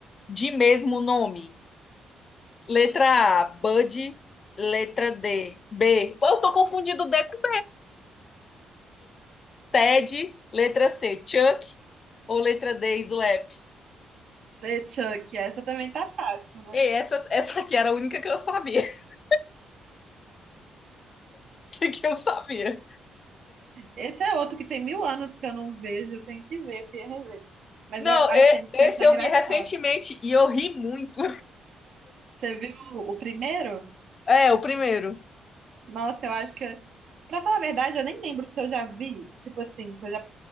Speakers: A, on the left; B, on the right.
A: de mesmo nome? Letra A, Bud. Letra D, B. Eu tô confundindo D com Ted. Letra C, Chuck. Ou letra D, Slap.
B: Sei, Chuck, essa também tá fácil, né?
A: Ei, essa, essa aqui era a única que eu sabia. <laughs> que eu sabia.
B: Esse é outro que tem mil anos que eu não vejo, eu tenho que ver, eu queria rever. Mas
A: Não,
B: eu acho
A: e-
B: que a gente
A: esse
B: ia achar
A: eu
B: engraçado.
A: vi recentemente e eu ri muito.
B: Você viu o primeiro?
A: É, o primeiro.
B: Nossa, eu acho que. Pra falar a verdade, eu nem lembro se eu já vi. Tipo assim, se eu já